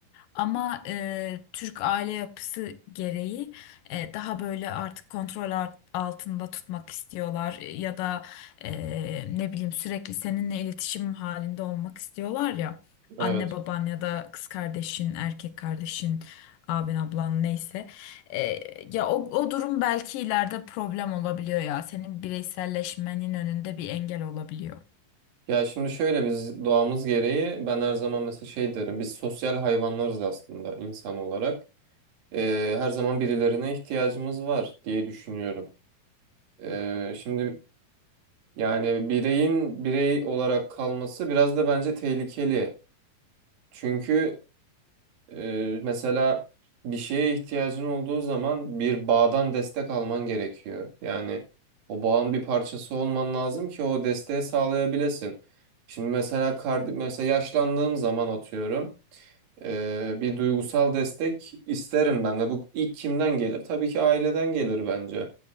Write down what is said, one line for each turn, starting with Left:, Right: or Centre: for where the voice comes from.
Left: Ama e, Türk aile yapısı gereği e, daha böyle artık kontrol art- altında tutmak istiyorlar E, ya da e, ne bileyim sürekli seninle iletişim halinde olmak istiyorlar ya.
Right: evet.
Left: Anne baban ya da kız kardeşin, erkek kardeşin, abin ablan neyse. E, ya o, o durum belki ileride problem olabiliyor ya. Senin bireyselleşmenin önünde bir engel olabiliyor.
Right: Ya şimdi şöyle biz doğamız gereği ben her zaman mesela şey derim biz sosyal hayvanlarız aslında insan olarak. Ee, her zaman birilerine ihtiyacımız var diye düşünüyorum. Ee, şimdi yani bireyin birey olarak kalması biraz da bence tehlikeli. Çünkü Ee, mesela bir şeye ihtiyacın olduğu zaman bir bağdan destek alman gerekiyor. Yani o bağın bir parçası olman lazım ki o desteği sağlayabilesin. Şimdi mesela kard mesela yaşlandığım zaman atıyorum ee, bir duygusal destek isterim ben de. Bu ilk kimden gelir? Tabii ki aileden gelir bence.